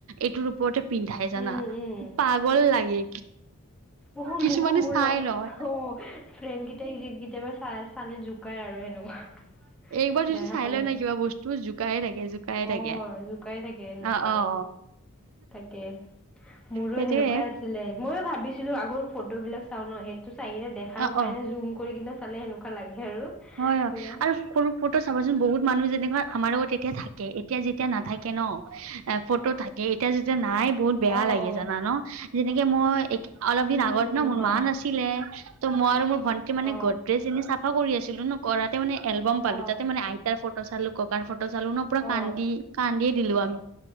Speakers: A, on the right (about 70°); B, in the centre.
A: এইটোৰ ওপৰতে পিন্ধাই জানা
B: উম উম
A: পাগল লাগে।
B: অ,
A: কিছুমানে
B: মোকো মোৰ
A: চাই
B: লগ
A: লয়
B: অ, ফ্ৰেন্ড কেইটা যে মে চাই চালে জোকাই আৰু সেনেকুৱা।
A: একবাৰ যদি
B: দেখা
A: চাই
B: পালে
A: লয় নাই কিবা বস্তু জোকাইে থাকে - জোকাই
B: অ
A: থাকে।
B: জোকাই থাকে এনেকুৱা
A: অ অ
B: আৰু।
A: অ
B: তাকে মোৰো
A: সেইটোয়ে
B: সেনেকুৱা আছিলে ময়ো ভাবিছিলো আগৰ ফটো বিলাক চাও ন সেই টো চাই কিনে দেখাও
A: অ
B: পায়
A: অ
B: ন জুম কৰি কিনে চালে সেনেকুৱা লাগে আৰু।
A: হয়-হয়
B: তোমাৰ
A: আৰু সৰু ফটো চাবাচোন বহুত মানুহ যেনেকুৱা আমাৰ লগত তেতিয়া থাকে এতিয়া যেতিয়া নাথাকে ন। এ ফটো থাকে এতিয়া যেতিয়া নাই বহুত বেয়া
B: অ
A: লাগে
B: অ
A: জানা ন যেনেকে মই অলপ
B: উম
A: দিন আগত
B: উম
A: ন মোৰ
B: হয়
A: মা নাছিল ছিলে ত মই আৰু মোৰ ভন্টি মানে
B: অ
A: গড্ৰেজ এনে চাফা কৰি আছিলো ন। কৰাতে মানে এলবাম পালো
B: অ
A: তাতে মানে আইতাৰ ফটো চালো ককাৰ ফটো চালো ন পুৰা
B: অ
A: কান্দি কান্দিয়ে দিলো আমি